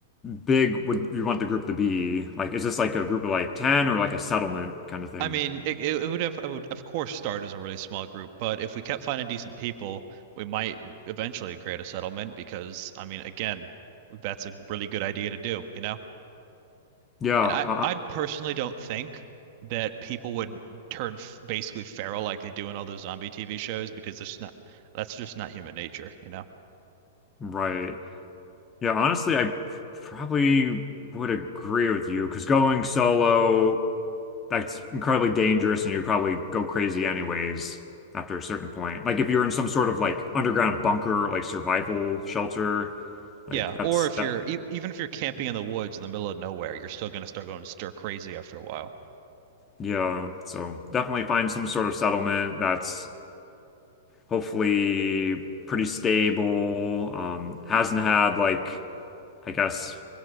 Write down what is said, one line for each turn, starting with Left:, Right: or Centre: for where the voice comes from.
Left: big would you want the group to be? Like, is this like a group of like 10 or like a settlement kind of thing?
Right: I mean, it, it it would have, I would of course start as a really small group, but if we kept finding decent people, we might eventually create a settlement because, I mean, again, that's a really good idea to do, you know?
Left: Yeah,
Right: And I,
Left: uh,
Right: I personally don't think that people would turn f basically feral like they do in all those zombie TV shows because there's not, that's just not human nature, you know?
Left: right. Yeah, honestly, I probably would agree with you because going solo, that's incredibly dangerous and you'd probably go crazy anyways after a certain point. Like if you're in some sort of like underground bunker, like survival shelter, like
Right: Yeah,
Left: that's
Right: or if
Left: that,
Right: you're e even if you're camping in the woods in the middle of nowhere, you're still going to start going stir crazy after a while.
Left: yeah. So definitely find some sort of settlement that's hopefully pretty stable, um, hasn't had like, I guess,